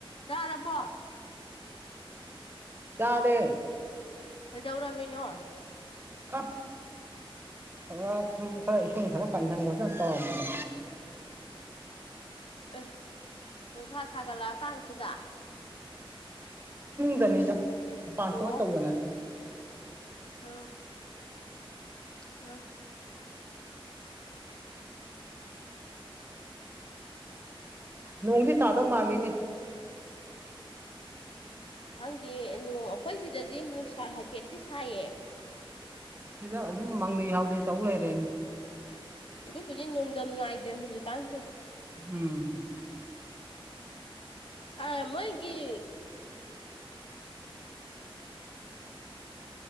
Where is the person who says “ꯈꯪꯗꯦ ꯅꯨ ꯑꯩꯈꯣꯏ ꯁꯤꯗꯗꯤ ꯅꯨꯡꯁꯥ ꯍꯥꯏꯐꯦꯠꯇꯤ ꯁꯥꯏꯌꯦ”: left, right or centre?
Left